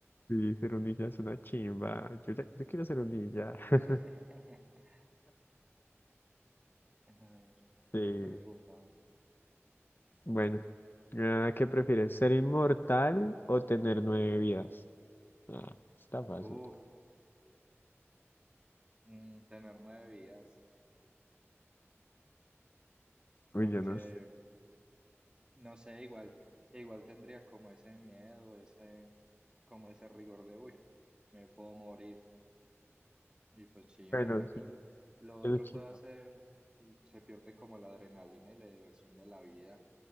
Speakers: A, on the left; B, on the right.
A: Sí, ser un ninja es una chimba. Yo, ya- yo quiero ser un ninja.
B: <laughs>
A: <laughs>
B: A ver,
A: Sí.
B: pregúntame.
A: Bueno, ah, ¿qué prefieres? ¿Ser inmortal o tener nueve vidas? Ah, está fácil.
B: Uf, mm, tener nueve vidas,
A: Uy,
B: porque
A: yo no sé.
B: no sé, igual, igual tendría como ese miedo, ese, como ese rigor de, uy, me puedo morir. Y pues chimba,
A: Bueno,
B: en cambio
A: sí,
B: lo, lo otro
A: eso es chimba.
B: puedo hacer, se pierde como la adrenalina y la diversión de la vida.